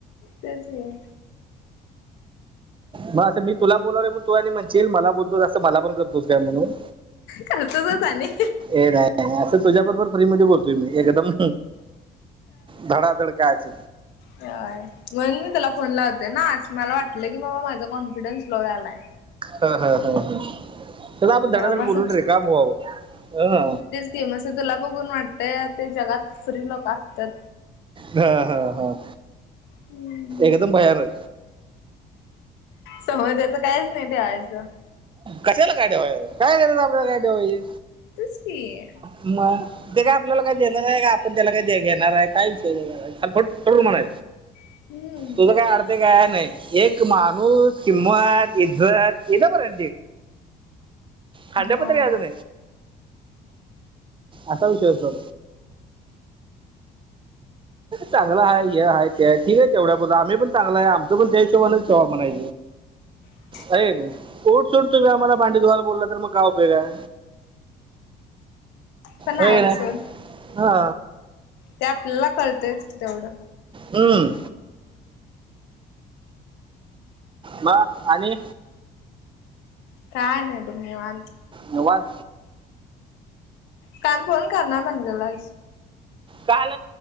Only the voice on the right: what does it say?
मग असं मी तुला बोलव आहे मग तू आणि म्हणश ये मला बोलतोस असं मला पण करतोस काय म्हणून
ए नाही नाही असं तुझ्या बरोबर फ्री मध्ये बोलतोय मी एकदम धडाधड कायच.
हा हा हा ह च आप आपण दडधड
बोलोलून रे का मुव हा.
हा हा हा.
एकदम भयान
कशाला गाड काय आपल्याला गाडीवाय,
मग ते का आपल्याला काय देणार आहे का आपण त्याला काय घेणार आहे काय विषय देल, म्हणा
तुझं काय अ, काय नाही एक माणूस किंमत इज्जत बर आहे. खडपत
आतून, असा विषय असतो. चांगलं आहे हे आहेय ते आहे ठीक आहे तेवढ्या बद आम्ही पण चांगलं आहे आमचं पण देशोवानच ठेवा म्हणाय,
का नाही उट सूट तुम्ही आम्हाला भांडी धुवाला बोलला तर मग काय उपयग आहे.
हो ना
हा
हम्म ब आणि
वाज,
काल